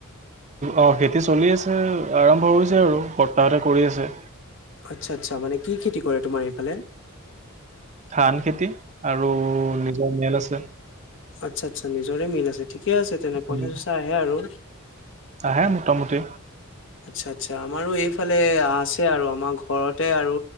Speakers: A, on the right; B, on the left.
A: অ খেতি চলি আছে আৰম্ভ হৈছে আৰু বৰ্তাহতে কৰি আছে।
B: আটচা- আটচা মানে কি খেতি কৰে তোমাৰ সেইফালে।
A: ধান খেতি। আৰু নিজৰ মেল আছে।
B: আটছা-আটছা নিজৰে মিল আছে। ঠিকে আছে তেনে পইচাটো
A: উম
B: ছয়ছা আহে আৰু।
A: আহে মোটামুটি
B: আটছা- আটছা আমাৰো এইফালে আছে আৰু আমাৰ ঘৰতে আৰু